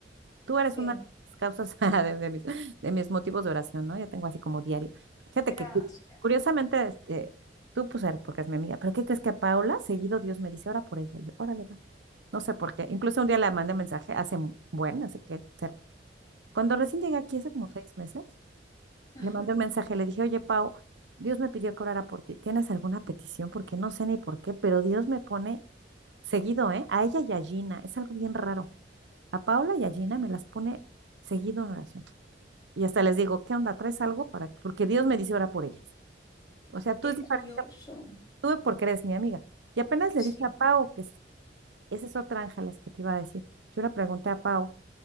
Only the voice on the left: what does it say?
Sí,
gracias.
Ajá,
qué
curioso.
Sí,